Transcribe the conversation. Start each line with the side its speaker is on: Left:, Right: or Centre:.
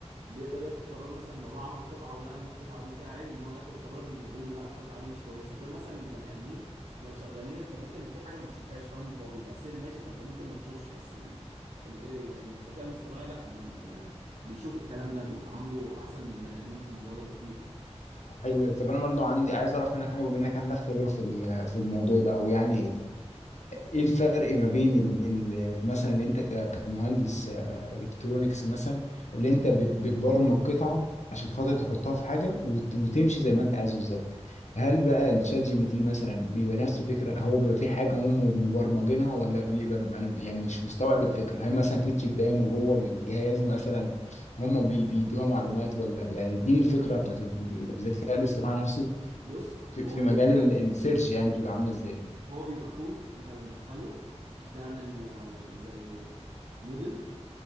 Right: بيقدر ياخد قرار مثلا لو هو عمل قطعه ولقى ان القطعه دي فيها عيب ان هو ياخد قرار انه يقول لا القطعه دي مش كويسه غير مثلا البني ادمين لو شغالين انت ممكن في حاجه ما تشوفهاش فاهم هو بيبقى سير ماشي فانت ممكن ما تشوفش بس ال... ال... إيه يعني الذكاء الاصطناعي لا بي... بيشوف الكلام ده بيبقى عنده احسن من البني ادمين في الموضوع ده بكتير يعني
Left: طب حلو ده. طب انا برضه عندي عايز اعرف منك حاجه بما انك عندك خبره في ال- في الموضوع ده او يعني ايه الفرق ما بين ال- ال- مثلا انت ك- كمهندس آه، الكترونيكس مثلا اللي
Right: مم.
Left: انت بت- بتبرمج قطعه عشان خاطر تحطها في حاجه وت- وتمشي زي ما انت عايز بالظبط هل بقى الشات جي بي تي مثلا بيبقى نفس الفكره هو بيبقى في حاجه هم مبرمجينها ولا بيبقى انا يعني مش مستوعب الفكره هل مثلا في تشيبان جوه الجهاز مثلا هم بي- بيدوها معلومات ولا يعني اديني الفكره بتاعت الدي- الذكاء الاصطناعي نفسه
Right: بص
Left: في
Right: هو
Left: في
Right: بيبقى
Left: مجال ال- السيرش يعني بتبقى عامله ازاي
Right: هو بيبقى كود انت بتدخله بتعمل آه، زي موديل